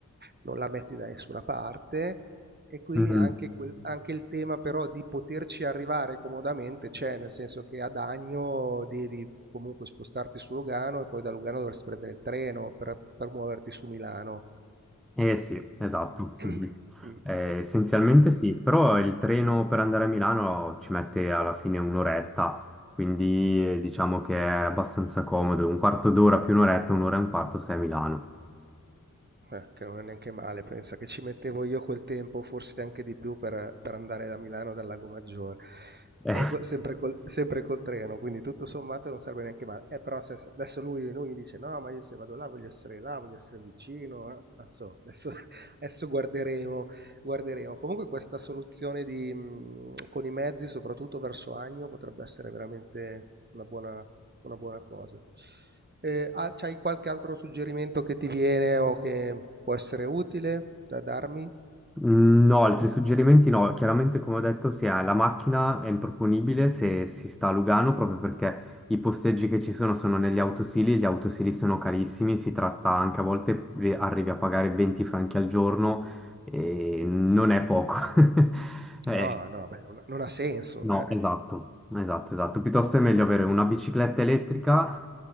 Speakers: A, on the right; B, in the centre.
A: non la metti da nessuna parte. E quindi
B: Mhm.
A: anche, quel- anche il tema però di poterci arrivare comodamente c'è, nel senso che ad Agno devi comunque spostarti su Lugano e poi da Lugano dovresti prendere il treno per, per muoverti su Milano.
B: Eh sì, esatto.
A: <clears throat>
B: Mhm.
A: Mm.
B: Eh, essenzialmente sì, però il treno per andare a Milano ci mette alla fine un'oretta, quindi eh, diciamo che è abbastanza comodo, un quarto d'ora più un'oretta, un'ora e un quarto sei a Milano.
A: Eh, che non è neanche male, pensa che ci mettevo io quel tempo, forse anche di più, per, per andare da Milano dal Lago Maggiore,
B: <laughs>
A: Per- co- sempre col, sempre col treno, quindi tutto sommato non serve neanche male. Eh, però se- adesso lui, lui mi dice, no, ma io se vado là voglio essere là, voglio essere vicino, eh. Non so, adesso, <laughs> adesso guarderemo, guarderemo. Comunque questa soluzione di, mh, con i mezzi, soprattutto verso Agno, potrebbe essere veramente una buona, una buona cosa. Eh, ah, c'hai qualche altro suggerimento che ti viene o che può essere utile da darmi?
B: Mm, No, altri suggerimenti no, chiaramente come ho detto se hai la macchina è improponibile se si sta a Lugano proprio perché i posteggi che ci sono sono negli autosili, gli autosili sono carissimi, si tratta anche a volte eh, arrivi a pagare 20 franchi al giorno e non è poco. <laughs> Eh,
A: No, no, beh, non, non ha senso.
B: No,
A: <laughs>
B: esatto, esatto, esatto. Piuttosto è meglio avere una bicicletta elettrica